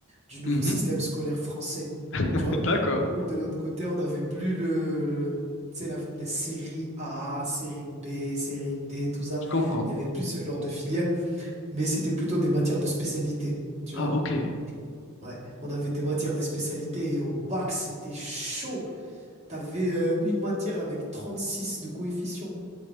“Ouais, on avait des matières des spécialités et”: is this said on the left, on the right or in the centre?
Right